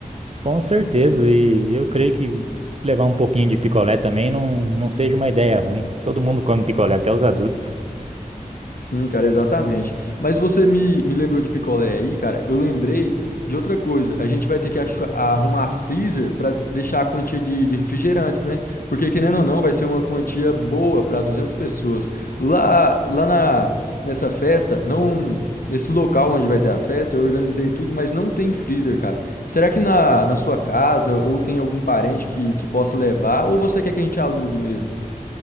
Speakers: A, on the right; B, on the left.
A: Com certeza. E eu creio que levar um pouquinho de picolé também não, não seja uma ideia ruim. Todo mundo come picolé, até os adultos.
B: Sim, cara, exatamente. Mas você me, me lembrou de picolé aí, cara. Eu lembrei de outra coisa. A gente vai ter que achu- arrumar freezer para deixar a quantia de, de refrigerantes, né? Porque, querendo ou não, vai ser uma quantia boa para 200 pessoas. Lá, lá na, nessa festa, não, nesse local onde vai ter a festa, eu organizei tudo, mas não tem freezer, cara. Será que na, na sua casa ou tem algum parente que, que possa levar? Ou você quer que a gente alugue mesmo?